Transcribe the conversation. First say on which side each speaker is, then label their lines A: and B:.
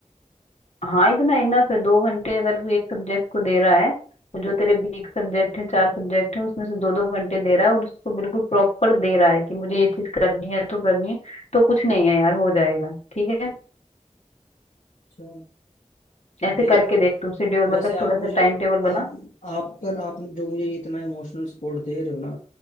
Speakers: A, on the left; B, on the left.
A: हाँ इतना इनफ है दो घंटे अगर तू एक सब्जेक्ट को दे रहा है तो जो तेरे बीक सब्जेक्ट है चार सब्जेक्ट है उसमें से दो दो घंटे दे रहा है और उसको बिल्कुल प्रॉपर दे रहा है कि मुझे ये चीज करनी है तो करनी है तो कुछ नहीं है यार हो जाएगा ठीक है
B: अच्छा
A: ऐसे
B: देख
A: करके देख तू शेड्यूल
B: वैसे
A: मतलब
B: आप
A: थोड़ा
B: मुझे
A: सा टाइम टेबल
B: आप
A: बना
B: आप पर आप जो मुझे इतना इमोशनल सपोर्ट दे रहे हो ना